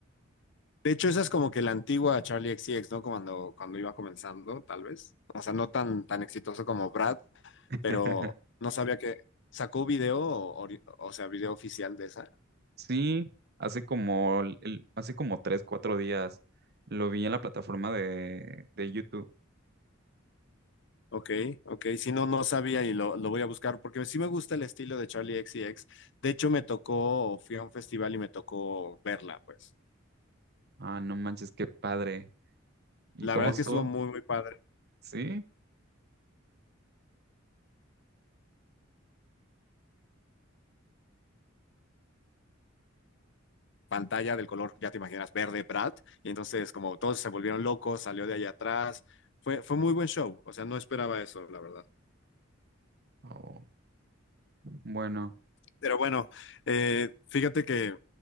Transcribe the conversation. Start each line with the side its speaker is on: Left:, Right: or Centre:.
Left: De hecho, esa es como que la antigua Charlie X C X, ¿no? Cuando, cuando iba comenzando, tal vez. O sea, no tan, tan exitoso como Brad,
Right: <laughs>
Left: pero no sabía que sacó video, o, ori- o sea, video oficial de esa.
Right: Sí, hace como, el- el- hace como tres, cuatro días lo vi en la plataforma de, de YouTube.
Left: Ok, ok, si no, no sabía y lo, lo voy a buscar porque sí me gusta el estilo de Charlie X C X. De hecho, me tocó, fui a un festival y me tocó verla, pues.
Right: Ah, no manches, qué padre. ¿Y
Left: La
Right: cómo
Left: verdad
Right: Mm. estuvo?
Left: es que estuvo muy, muy padre.
Right: ¿Sí?
Left: pantalla del color, ya te imaginas, verde Brad, y entonces como todos se volvieron locos, salió de allá atrás, fue, fue muy buen show, o sea, no esperaba eso, la verdad.
Right: Oh, bueno,
Left: Pero bueno, eh, fíjate que